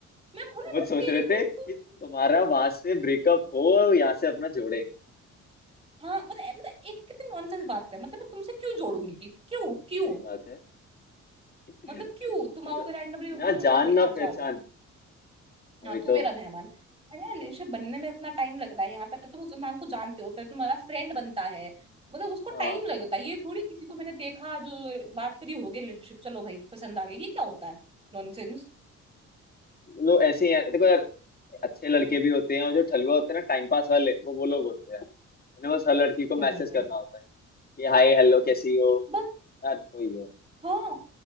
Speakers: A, on the right (about 20°); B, on the left (about 30°).
A: मैं बोल रही
B: वो
A: भाई
B: सोच
A: तेरे
B: रहे
A: को
B: थे
A: तो
B: कि तुम्हारा वहां से ब्रेकअप हो और यहाँ से अपना जोड़े
A: हाँ मतलब ए- मतलब एक कितनी नॉनसेंस बात है मतलब मैं तुमसे क्यों जोड़ूंगी क्यों क्यों
B: सही बात है
A: मतलब
B: वही
A: क्यों तुम आओगे
B: तो
A: रैंडमली मैं
B: ना
A: बोलूंगी
B: जान
A: हाँ भाई
B: ना
A: आ
B: पहचान
A: जा
B: वही
A: हाँ तू
B: तो
A: मेरा मेहमान अरे यार रिलेशनशिप बनने में इतना टाइम लगता है यहाँ पे तुम उस इंसान को जानते हो फिर तुम्हारा फ्रेंड बनता है मतलब उसको
B: हाँ
A: टाइम लगता है ये थोड़ी किसी को मैंने देखा जो बात करी होगी रिलेशनशिप चलो भाई पसंद आ गई ये क्या होता है नॉनसेंस
B: लोग ऐसे ही हैं देखो यार अच्छे लड़के भी होते हैं और जो ठलुआ होते हैं ना टाइम पास वाले वो वो लोग होते हैं उन्हें बस हर लड़की को मैसेज
A: हम्म
B: करना होता है कि हाय हेलो कैसी हो
A: बस
B: यार वही है
A: हाँ